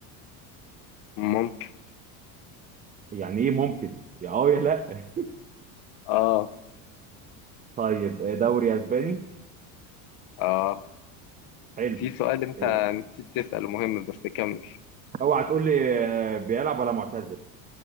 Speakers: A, on the left; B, on the right.
A: ممكن
B: يعني ايه ممكن يا اه يا لا <laughs>
A: اه
B: طيب آه، دوري اسباني
A: اه
B: حلو
A: في سؤال انت
B: آه،
A: نسيت تسأله مهم بس كمل
B: اوعى تقول لي آه، بيلعب ولا معتزل